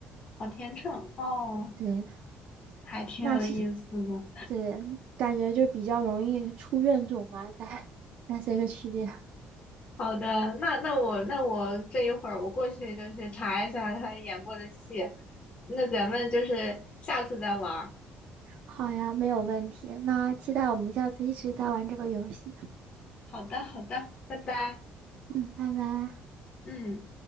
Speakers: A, on the left; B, on the right.
A: 好天秤哦，
B: 对，
A: 还挺有意思的。
B: 那是对，感觉就比较容易出怨种吧，在在这个期间。
A: 好的，那那我那我这一会儿我过去就去查一下他演过的戏，那咱们就是下次再玩儿
B: 好呀，没有问题。那期待我们下次一直在玩这个游戏。
A: 好的，好的，拜拜，
B: 嗯，拜拜。
A: 嗯。